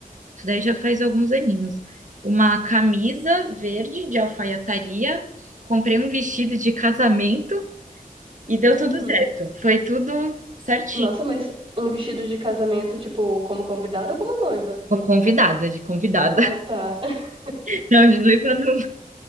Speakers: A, on the right (about 55°); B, on the right (about 35°).
A: isso daí já faz alguns aninhos. Uma camisa verde de alfaiataria, comprei um vestido de casamento e deu tudo
B: Uhum.
A: certo. Foi tudo certinho.
B: Nossa, mas um vestido de casamento, tipo, como convidada ou como noiva?
A: Como convidada, de convidada.
B: Ah, tá. <laughs>
A: <laughs> Não, de noiva não.